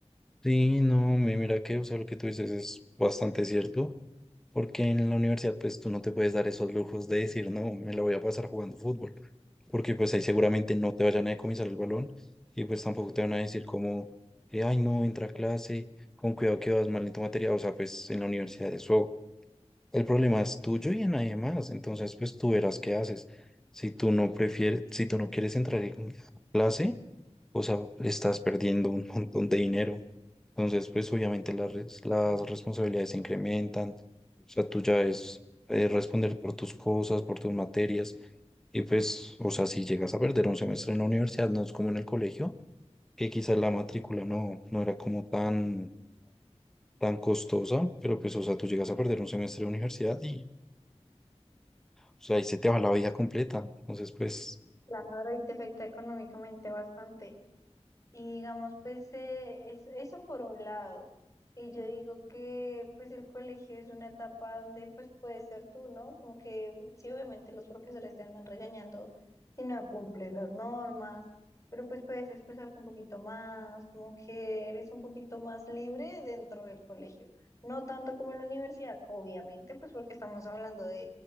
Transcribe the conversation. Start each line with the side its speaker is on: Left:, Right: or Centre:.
Centre: Sí, no, mi- mira que, o sea, lo que tú dices es bastante cierto, porque en la universidad pues tú no te puedes dar esos lujos de decir, no, me la voy a pasar jugando fútbol. porque pues ahí seguramente no te vayan a decomisar el balón y pues tampoco te van a decir como, eh, ay no, entra a clase, con cuidado que vas mal en tu materia, o sea, pues en la universidad eso, el problema es tuyo y en nadie más, entonces pues tú verás qué haces. Si tú no prefieres, si tú no quieres entrar en clase, o sea, estás perdiendo un montón de dinero. Entonces, pues obviamente las, res- las responsabilidades se incrementan. O sea, tú ya es eh, responder por tus cosas, por tus materias. Y pues, o sea, si llegas a perder un semestre en la universidad, no es como en el colegio, que quizás la matrícula no, no era como tan, tan costosa, pero pues, o sea, tú llegas a perder un semestre de universidad y, o sea, ahí se te va la vida completa. Entonces, pues,
Left: Claro, y te afecta económicamente bastante. Y digamos, pues eh, es- eso por un lado. Y yo digo que pues el colegio es una etapa donde pues puedes ser tú, ¿no? Como que sí, obviamente los profesores te andan regañando si no cumples las normas, pero pues puedes expresarte un poquito más, como que eres un poquito más libre dentro del colegio. No tanto como en la universidad, obviamente, pues porque estamos hablando